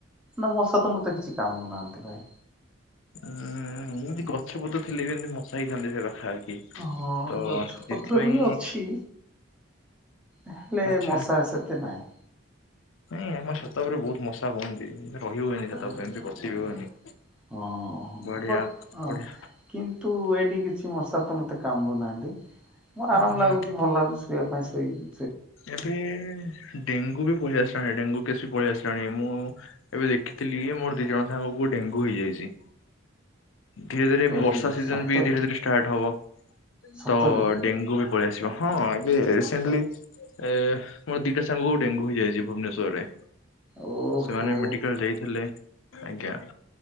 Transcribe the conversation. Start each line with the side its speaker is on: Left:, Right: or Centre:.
Centre: ନା ମଶା ତ ମୋତେ କିଛି କାମୁଡୁ ନାହାନ୍ତି। ନାଇ।
Left: ଉଁ, ଏମିତି ଗଛପତ୍ର ଥିଲେ ବି ଏମିତି ମଶା ହେଇଥାନ୍ତେ ସେ ପାଖାପାଖି।
Centre: ହଁ
Left: ତ
Centre: ଗଛପତ୍ର
Left: ସେଥିପାଇଁ
Centre: ବି ଅଛି। ହେଲେ
Left: ଆଚ୍ଛା
Centre: ମଶା ସେତେ ନାଇଁ।
Left: ନାଇଁ ଆମ ଛାତ ଉପରେ ବହୁତ ମଶା ହୁଅନ୍ତି ନା। ରହି ହୁଏନି
Centre: ହଁ
Left: ଛାତ ଉପରେ ଏମିତି ବସିବି ହୁଏନି।
Centre: ହଁ
Left: ବଢିଆ,
Centre: ବଟ୍ ହଁ।
Left: ବଢିଆ।
Centre: କିନ୍ତୁ ଏଇଠି କି ଛି ମଶା ତ ମତେ କାମୁଡୁ ନାହାନ୍ତି। ମୁଁ ଆରାମ
Left: ଉଁ ହୁଁ
Centre: ଲାଗୁଚି, ଭଲ ଲାଗୁଛି ଶୋଇବା ପାଇଁ ଶୋଇଚି।
Left: ଏବେ ଡେଙ୍ଗୁ ବି ପଳେଇ ଆସିଛନ୍ତି ଏଠି, ଡେଙ୍ଗୁ କେସ୍ ବି ପଳେଇ ଆସିଲାଣି। ମୁଁ ଏବେ ଦେଖିଥିଲି ଯେ ମୋର ଦି ଜଣ ସାଙ୍ଗକୁ ଡେଙ୍ଗୁ ହେଇଯାଇଛି। ଧୀରେ ଧୀରେ ବର୍ଷା
Centre: ଆରେ
Left: ସିଜନ୍
Centre: ସତରେ
Left: ବି ଧୀରେ ଧୀରେ ଷ୍ଟାର୍ଟ ହବ।
Centre: ସତରେ
Left: ତ
Centre: କି
Left: ଡେଙ୍ଗୁ ବି ପଳି ଆସିବ, ହଁ ଏବେ ରିସେଣ୍ଟଲି ଏ ମୋ ଦିଟା ସାଙ୍ଗକୁ ଡେଙ୍ଗୁ ହେଇଯାଇଛି ଭୁବନେଶ୍ଵରରେ।
Centre: ଓହୋ।
Left: ସେମାନେ ମେଡିକାଲ୍ ଯାଇଥିଲେ। ଆଜ୍ଞା।